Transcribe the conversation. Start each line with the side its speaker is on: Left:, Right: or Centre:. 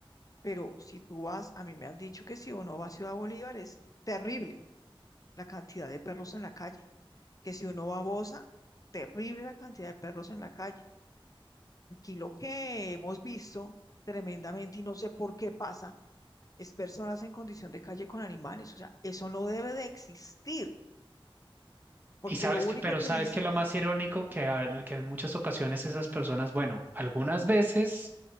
Left: pero si tú vas, a mí me han dicho que si uno va a Ciudad Bolívar es terrible la cantidad de perros en la calle, que si uno va a Bosa, terrible la cantidad de perros en la calle. Aquí lo que hemos visto tremendamente y no sé por qué pasa es personas en condición de calle con animales, o sea, eso no debe de existir, porque
Right: Y sabes
Left: lo único
Right: que, pero
Left: que
Right: sabes
Left: dicen,
Right: que lo
Left: eh,
Right: más irónico que, a- que en muchas ocasiones esas personas, bueno, algunas veces,